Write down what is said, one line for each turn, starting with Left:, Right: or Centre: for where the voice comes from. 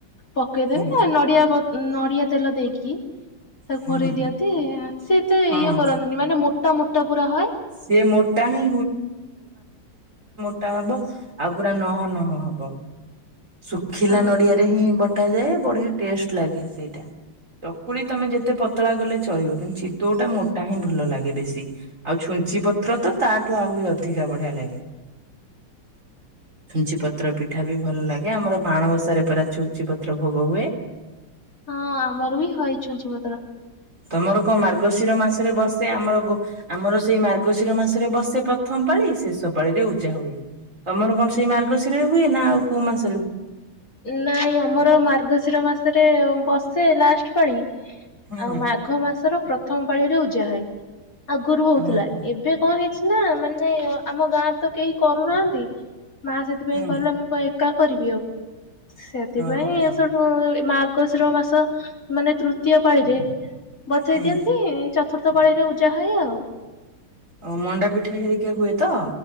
Left: ପକେଇଦେବେ
Right: ହୁଁ
Left: ନଡିଆ ବ ନଡିଆ ତେଲ ଦେଇକି ତାକୁ
Right: ହୁଁ
Left: ଘୋରେଇ ଦିଅନ୍ତି। ସେ ଏତେ
Right: ହଁ
Left: ଇଏ କରନ୍ତିନି, ମାନେ ମୋ ମୋଟା ମୋଟା ପୁରା ହଏ।
Right: ସିଏ ମୋଟା ହିଁ ଟା ହବ, ଆଉ ପୁରା ନହ ନହ ହବ, ଶୁଖିଲା
Left: ଆଉ
Right: ନଡିଆରେ ହିଁ ବ ବଟା ଯାଏ ବଢିଆ ଟେଷ୍ଟ ଲାଗେ ସେଇଟା। ଚକୁଳି ତମେ ଯେତେ ପତଳା କଲେ ଚଳିବ, କିନ୍ତୁ ଚିତୋଉଟା ମୋଟା ହିଁ ଭଲ ଲାଗେ ବେଶୀ। ଆଉ, ଛୁଞ୍ଚି ପତ୍ର ତ ତାଠୁ ଆହୁରି ଅଧିକା ବଢିଆ ଲାଗେ।
Left: <inaudible>
Right: ଛୁଞ୍ଚି ପତ୍ର ପିଠା ବି ଭଲ ଲାଗେ। ଆମର ମାଣବସାରେ ପରା ଛୁଞ୍ଚି ପତ୍ର ଭୋଗ ହୁଏ।
Left: ହଁ ଆମର ବି ହଏ ଛୁଞ୍ଚି ପତ୍ର
Right: ତମର ‌କଁ ମାର୍ଗଶିର ମାସେରେ ବସେ ଆମର ଗ ଆମର ସେଇ ମାର୍ଗଶିର ମାସେରେ ବସେ ପ୍ରଥମ ପାଳି, ଶେଷ ପାଳିରେ ଉଜା ହୁଏ। ତମର କଣ ସେଇ ମାର୍ଗଶିରରେ ହୁଏ, ନା ଆଉ କୋଉ ମାସ?
Left: ନାଇଁ ଆମର ମାର୍ଗଶିର ମାସେରେ ବସେ ଲାଷ୍ଟ ପାଳି
Right: ହୁଁ
Left: ଆଉ ମାଘ ମାସର ପ୍ରଥମ ପାଳିରେ ଉଜା ହଇ। ଆଗୁରୁ ହଉଥିଲା
Right: ଓହୋ
Left: ଏବେ କଁ ହେଇଛି ନା ମାନେ ଆମ ଗାଁରେ ତ କେହି କରୁନାହାନ୍ତି ମା ସେଥିପାଇଁ
Right: ହୁଁ
Left: କହିଲା ମୁଁ କଁ ଏକା କରିବି ଆଉ ସେଥିପାଇଁ
Right: ଓହୋ ହୋ
Left: ସୋଉଠୁ ମାର୍ଗଶିର ମାସ ମାନେ ତୃତୀୟ ପାଳିରେ ବଚେଇ
Right: ହୁଁ
Left: ଦିଅନ୍ତି ଚତୁର୍ଥ ର୍ଥ ପାଳିରେ ଉଜା ହଏ ଆଉ।
Right: ଓ ମଣ୍ଡା ପିଠା ହେରିକା ହୁଏ ତ?